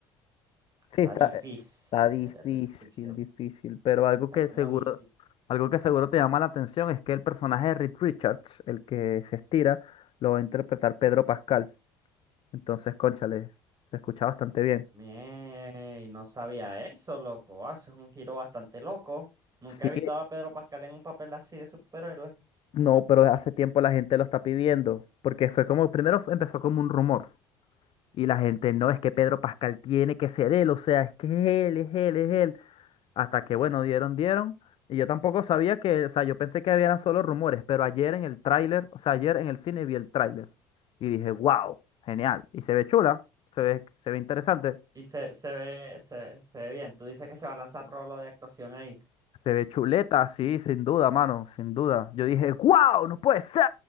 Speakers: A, on the left (about 50°); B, on the right (about 30°).
A: sí,
B: está
A: está,
B: difícil
A: eh, está difícil,
B: meterte esa ficción.
A: difícil, pero algo
B: Está
A: que
B: como
A: seguro,
B: difícil.
A: algo que seguro te llama la atención es que el personaje de Reed Richards, el que se estira, lo va a interpretar Pedro Pascal. Entonces, cónchale, se escucha bastante bien.
B: Mie, no sabía eso, loco. Ah, eso es un giro bastante loco. Nunca
A: Sí,
B: he visto a Pedro Pascal en un papel así de superhéroe.
A: No, pero hace tiempo la gente lo está pidiendo, porque fue como, primero fue- empezó como un rumor, y la gente, no, es que Pedro Pascal tiene que ser él, o sea, es que es él, es él, es él, hasta que bueno, dieron, dieron, y yo tampoco sabía que, o sea, yo pensé que eran solo rumores, pero ayer en el tráiler, o sea, ayer en el cine vi el tráiler, y dije, wow, genial, y se ve chula, se ve, se ve interesante,
B: Y se, se ve, se, se ve bien. Tú dices que se va a lanzar rolo de actuación ahí.
A: se ve chuleta, sí, sin duda, mano, sin duda, yo dije, wow, no puede ser,